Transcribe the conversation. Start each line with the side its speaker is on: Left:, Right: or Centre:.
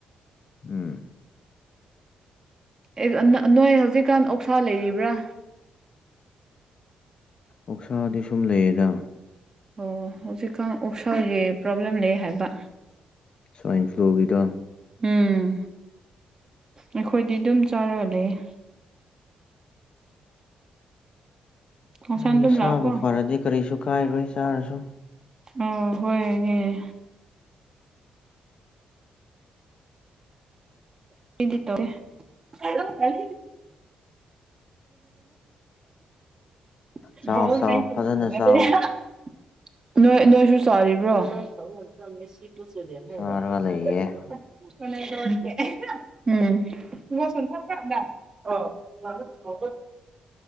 Left: ꯎꯝ
Right: ꯑꯦ ꯑꯅ ꯑꯅ ꯅꯣꯏ ꯍꯧꯖꯤꯛꯀꯥꯟ ꯑꯣꯛꯁꯥ ꯂꯩꯔꯤꯕ꯭ꯔꯥ
Left: ꯑꯣꯛꯁꯥꯗꯤ ꯁꯨꯝ ꯂꯩꯌꯦꯗ
Right: ꯑꯣ ꯍꯧꯖꯤꯛꯀꯥꯟ ꯑꯣꯛꯁꯥꯎꯒꯤ ꯄ꯭ꯔꯣꯕ꯭ꯂꯦꯝ ꯂꯩ ꯍꯥꯏꯕ
Left: ꯁ꯭ꯋꯥꯏꯟ ꯐ꯭ꯂꯨꯒꯤꯗꯣ
Right: ꯎꯝ ꯑꯩꯈꯣꯏꯗꯤ ꯑꯗꯨꯝ ꯆꯥꯔꯒ ꯂꯩꯌꯦ ꯈꯣꯡꯁꯥꯟꯗꯨꯝ
Left: ꯑꯦ ꯅꯁꯥꯕꯨ
Right: ꯂꯥꯛꯎꯀꯣ
Left: ꯐꯔꯗꯤ ꯀꯔꯤꯁꯨ ꯀꯥꯏꯔꯣꯏ ꯆꯥꯔꯁꯨ
Right: ꯑꯣ ꯍꯣꯏ <unintelligible> ꯂ ꯆꯂ <unintelligible>
Left: ꯆꯥꯎ ꯆꯥꯎ ꯐꯖꯅ ꯆꯥꯎ
Right: ꯅꯣꯏ ꯅꯣꯏꯁꯨ ꯆꯥꯔꯤꯕ꯭ꯔꯣ <unintelligible>
Left: ꯆꯥꯔꯒ ꯂꯩꯌꯦ
Right: ꯎꯝ